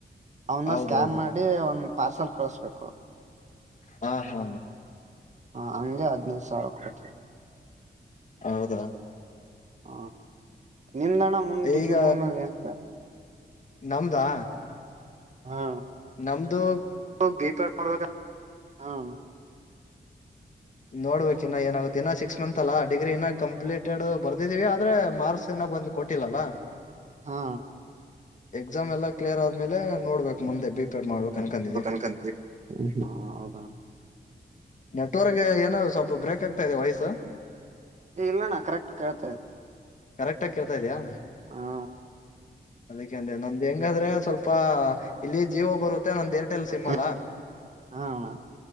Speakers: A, on the right (about 40°); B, on the left (about 45°).
A: ಅವನ್ನ
B: ಹೌದೌದು
A: ಸ್ಕ್ಯಾನ್ ಮಾಡಿ ಅವನ್ ಪಾರ್ಸಲ್ ಕಳಸ್ಬೇಕು
B: ಹಾ ಹಾ
A: ಹಗೆ ಹದ್ನೈದು ಸಾವಿರ ಕೊಡ್ತವಿ
B: ಹೌದಾ
A: ಹಾ ನಿಮ್ದಣ ಮುಮ್ ಡಿಗ್ರಿ
B: ಈಗ
A: ಮುಮ್ನಲ್ಲಿ ಇಳ್ತ
B: ನಮ್ದಾ
A: ಹಾ
B: ನಮದು
A: ಬಿ ಪೆ ಮಾಡ್ಬೇಕ ಹ್ಮ
B: ನೋಡ್ಬೇಕು ಇನ್ನ ಏನಾಗುತ್ತೆ ಇನ್ನ ಸಿಕ್ಸ್ ಮಂತ್ ಅಲ್ಲ ಡಿಗ್ರಿ ಇನ್ನ ಕಂಪ್ಲೀಟೆಡ್ ಬರ್ದಿದೀವಿ ಆದ್ರೆ ಮಾರ್ಕ್ಸ್ ಇಿನಾಗ ಬಂದು ಕೊಟ್ಟಿಲ್ಲಲ್ಲ
A: ಹಾ
B: ಎಕ್ಸಾಮ್ ಎಲ್ಲಾ ಕ್ಲಿಯರ್ ಆದ್ಮೇಲೆ ನೋಡ್ಬೇಕಕ್ ಮುಂದೆ ಬಿಪೇರ್ ಮಾಡ್ಬೇಕು ಅನ್ಕಂತಿದ್ರರಿ
A: <unintelligible> ಹ ಹಾ ಹೌದಾ
B: ನೆಟ್ವರ್ಗ್ ಏನಾದ ಸ್ವಲ್ಪ ಬ್ರೇಕ್ ಆಗ್ತಾ ಇದೆ ವಾಯ್ಸ್
A: ಏ ಇಲ್ಲಣ್ಣ ಕರೆಕ್ಟ್ ಕೇಳ್ತಾ ಇದಿ
B: ಕರೆಕ್ಟ್ ಆಗಿ ಕೇಳ್ತಾ ಇದೆಯಾ
A: ಹಾ.
B: ಅದಕ್ಕೆ ಅಂದೆ ನಮ್ದ್ ಹೆಂಗಾದ್ರೆ ಸ್ವಲ್ಪ ಇಲ್ಲಿ ಜೀವೋ ಬರುತ್ತೆ ನಮ್ದ್ ಏರ್ಟೆಲ್ ಸಿಮ್
A: ಹಾ
B: ಅಲ್ಲಾ
A: ಹಾ ಅಣ್ಣಾ